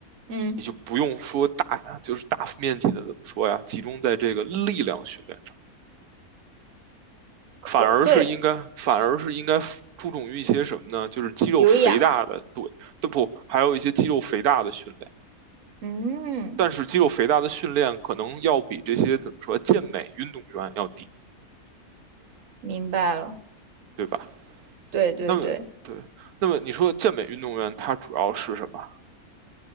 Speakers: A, on the right (about 60°); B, on the right (about 85°).
A: 嗯，
B: 你就不用说大，就是大面积的怎么说呀，集中在这个力量训练上，
A: 可对，
B: 反而是应该，反而是应该注重于一些什么呢？就是肌肉肥大的，
A: 有氧，
B: 对，都不，还有一些肌肉肥大的训练。
A: 嗯，
B: 但是肌肉肥大的训练可能要比这些怎么说健美运动员要低，
A: 明白了，
B: 对吧？
A: 对对对，
B: 那么对，那么你说健美运动员他主要是什么？